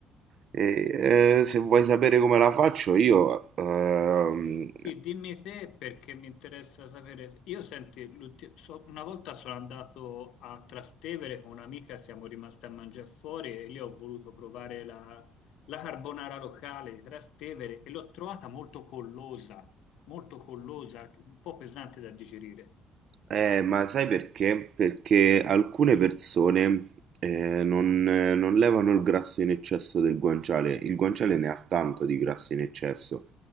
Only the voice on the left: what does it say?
Sì, dimmi te perché mi interessa sapere. Io senti, l'ulti- so- una volta sono andato a Trastevere con un'amica, siamo rimasti a mangiare fuori e lì ho voluto provare la, la carbonara locale di Trastevere e l'ho trovata molto collosa, molto collosa, un po' pesante da digerire.